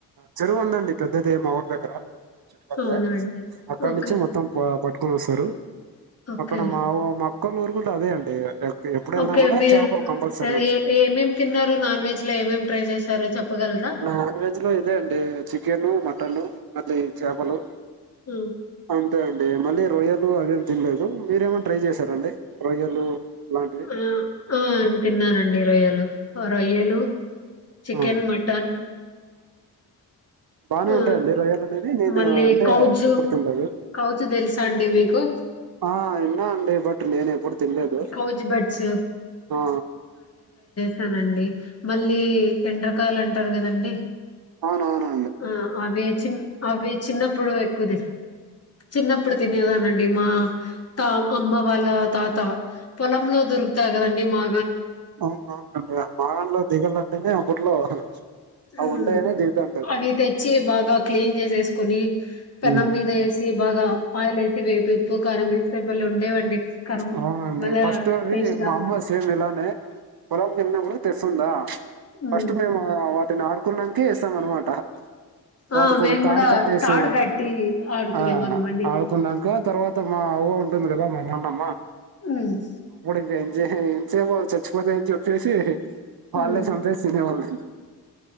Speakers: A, on the right; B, on the left.
A: చెరువు ఉందండి పెద్దదే మా ఊరి దగ్గర చుట్టుపక్కలే
B: అవునండి
A: అక్కడ
B: ఓకే
A: నుంచి మొత్తం పా పట్టుకుని వస్తరు
B: ఓకే
A: అక్కడ మావ మాకు కొన్నూరుగుంట అదే అండి ఎక్- ఎప్పుడు వెళ్ళినా
B: ఓకే
A: కూడా
B: మీరు
A: చేపలు కంపల్సరీ ఉంటుంది
B: ఏ ఏమేమి తిన్నారు నాన్ వెజ్ లో ఏమేమి ట్రై చేశారు చెప్పగలరా.
A: నాన్ వెజ్ లో ఇదే అండి చికెను మటను మాది చేపలు అవును
B: ఉమ్.
A: అంతే అండి మళ్ళీ రొయ్యలు అవేం తినలేదు మీరేమన్న ట్రై చేశారండి రొయ్యలు ఇలాంటివి
B: ఆ తిన్నానండి రొయ్యలు ఆ రొయ్యలు చికెన్
A: ఆ
B: మటన్ <inaudible>
A: బాగానే
B: ఆ
A: ఉంటాయండి రొయ్యలు అనేది నేను
B: మళ్ళీ
A: అంటే
B: కౌజు
A: ఏప్పుడు తినలేదు
B: కౌజు తెలుసా అండి మీకు
A: ఆ ఇన్నా అండి బట్ నేను ఎప్పుడు తినలేదు
B: కౌజ్ బడ్స్
A: ఆ
B: కదండి మళ్ళీ ఎండ్రా కాయలు అంటారు కదండి
A: అవునవును
B: ఆ అవి చి అవి చిన్నప్పుడు ఎక్కువ తిన చిన్నప్పుడు తినేదా దండి మా తాతమ్మ వాళ్ళ తాత పొలంలో దొరుకుత్తయ్ కదండి మా
A: అవున అవునండి మా దాంట్లో దిగలంటేనే అప్పట్లో అవి
B: ఉమ్,
A: ఉంటాయనే దిగుతాంటారు
B: అవి తెచ్చి బాగా క్లీన్ చేసేసుకొని పెన్నం
A: హ్మ్.
B: మీద వేసి బాగా ఆయిల్ వేసి వేపి ఉప్పు కారం వేస్తే బలే ఉండేవండి కారం
A: అవునండి
B: బలే
A: ఫస్ట్ అవి
B: టేస్ట్ గా
A: మా అమ్మ సేమ్ ఇలానే పొలం వెళ్ళినప్పుడు తెస్తుందా
B: ఉమ్.
A: ఫస్ట్ మేము నేను ఆడుకున్నానికి ఇస్తాం అన్నమాట
B: ఆ
A: వాటికి
B: మేము
A: ఒక తాడు
B: కూడా
A: కట్టేసి
B: తాడు కట్టి ఆడుకునే
A: ఆ
B: వాళ్ళం అండి
A: ఆడుకున్నాక తర్వాత మా అవ్వ ఉంటుంది కదా మా నాన్నమ్మ
B: ఉమ్
A: <unintelligible> అని చచ్చిపోతాయి అని చెప్పేసి వాళ్ళే
B: ఉమ్.
A: చంపేసి తినేవాళ్ళండి